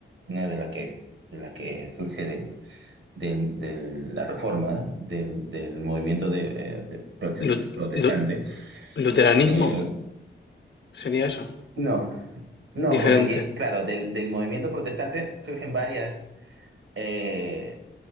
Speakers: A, on the right (about 80°); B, on the left (about 60°).
A: una de las que, de las que surge del- del- de la reforma, ¿no? del, del movimiento de, eh, de prote-
B: lu-
A: protestante.
B: lu- luteranismo
A: Eh,
B: sería eso.
A: no, no,
B: Diferente.
A: porque ye- claro, del, del movimiento protestante surgen varias eh,